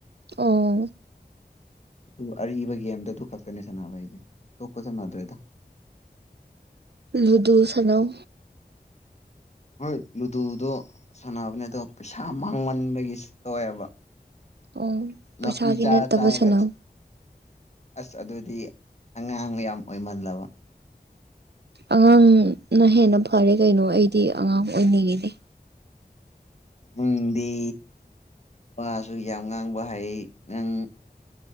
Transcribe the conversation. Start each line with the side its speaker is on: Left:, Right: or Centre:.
Right: ꯑꯣ
Left: ꯑꯗꯨ ꯑꯔꯤꯕ ꯒꯦꯝꯗ ꯑꯗꯨ ꯈꯛꯇꯅꯦ ꯁꯥꯟꯅꯕ ꯑꯩꯁꯦ ꯇꯇꯣꯛꯄ ꯁꯥꯟꯅꯗ꯭ꯔꯦꯗ <inaudible>
Right: ꯂꯨꯗꯨꯨ ꯁꯅꯝ
Left: ꯍꯣꯏ ꯂꯨꯗꯨꯗꯣ ꯁꯥꯟꯅꯕꯅꯦ ꯑꯗꯣ ꯄꯩꯁꯥ ꯃꯥꯡꯃꯟꯕꯒꯤꯁꯨ ꯇꯧꯋꯦꯕ
Right: ꯑꯣ
Left: ꯅ
Right: ꯄꯩꯁꯥꯒꯤ
Left: ꯄꯤ ꯆ
Right: ꯅꯠꯇꯕ
Left: ꯆꯒ
Right: ꯁꯥꯟꯅꯧ
Left: ꯑꯁ ꯑꯗꯨꯗꯤ ꯑꯉꯥꯡ ꯌꯥꯝ ꯑꯣꯏꯃꯜꯂꯕ
Right: ꯑꯉꯥꯡꯅ ꯍꯦꯟꯅ ꯐꯔꯦ ꯀꯩꯅꯣ ꯑꯩꯗꯤ ꯑꯉꯥꯡ ꯑꯣꯏꯅꯤꯡꯉꯤꯅꯦ
Left: ꯎꯝꯗ ꯋꯥꯁꯨ ꯌꯥꯝ ꯉꯥꯡꯕ ꯍꯥꯏ ꯅꯪ